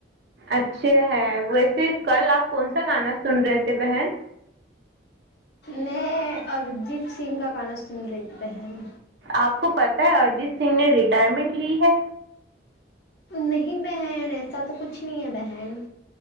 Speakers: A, on the right (about 65°); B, on the left (about 65°).
A: اچھا ہے ویسے کل آپ کون سا گانا سن رہے تھے بہن
B: میں ارجیت سنگھ کا گانا سن رہی تھی بہن
A: آپ کو پتا ہے ارجیت سنگھ نے رٹ اٹائرمنٹ لی ہے
B: نہیں بہن ایسا تو کچھ نہیں ہے بہن